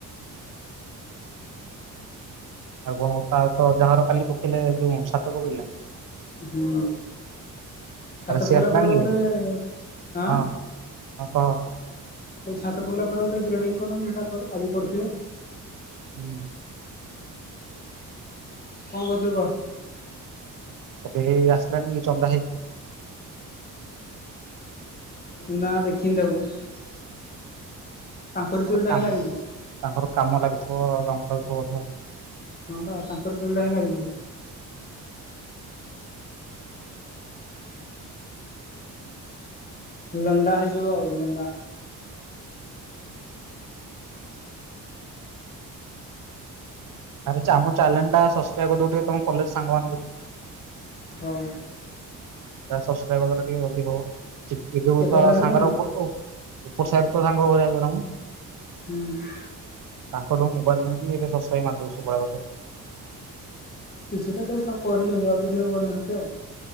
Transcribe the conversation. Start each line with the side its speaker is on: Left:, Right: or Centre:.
Right: ଆଉ କଣ ତା ତ ଅଜାଘର କାଲି ପକେଇଲେ ଯୋଉ ଛାତ ପକେଇଲେ?
Left: ହୁଁ ଛାତ
Right: ଆରେ ସିଏ
Left: ପକେଇଲା
Right: ଆସିଲାଣି
Left: ପରେ ଗୁଟେ
Right: କି?
Left: ଆଁ
Right: ହଁ ହଁ କହ?
Left: କହିଲି ଛାତ ପକେଇଲା ପରେ ଗୋଟେ ଗ୍ରେଡ଼ିଙ୍ଗଂ କରନ୍ତି ହେଟା ଆଜି କରିଥିବେ?
Right: ହୁଁ।
Left: କଣ କହୁଥିଲୁ କହ?
Right: କହିଲି ହେଇ ଆସିଲାଣି କି ଚନ୍ଦା ହେଇକି?
Left: ନା ଦେଖିନି ତାକୁ ତାଙ୍କର
Right: ମୋର
Left: ତୁଲଟା
Right: କାମ
Left: ହେଁଲା କି?
Right: ତାଙ୍କର କାମ ଲାଗିଥିବ ଗଁ ସୁଥିବ କଥା <inaudible>
Left: ହଁ ବା ତାଙ୍କର ଟୁଲଟା ହିଁ ଲାଗିଛି। ଲଣ୍ଡା ହେଇଯିବ ଆଉ ଲଣ୍ଡା।
Right: ଆରେ ଚା ଆମ ଚ୍ୟାନେଲଟା ସସକ୍ରାଇବ କରିଦେବୁ ତମ କଲେଜ ସାଙ୍ଗମାନଙ୍କଠୁ।
Left: ହଉ।
Right: ଏହା ସସକ୍ରାଇବ କରିଦଲେ ଟିକେ ଜଲଦି ହବ ଚିପକେଇଦେବୁ
Left: କେତେ
Right: ତ
Left: ଘଣ୍ଟା ହେଲାଣି
Right: ସାଙ୍ଗର ଉ ଉପର ସାହିଠେ ତ ସାଙ୍ଗଗୁରା ଜଉରା ମ।
Left: ହୁଁ।
Right: ତାଙ୍କଠୋଉ ମୋବାଇଲ ନେଇକି ଏବେ ସସକ୍ରାଇବ ମାରଦବୁ ସବୁରାକ ତାହେଲେ।
Left: କିଛିଟା ତ ସ କରିଛନ୍ତି ଆଉ କିଛିଟା କରିନାହାନ୍ତି ଆଉ।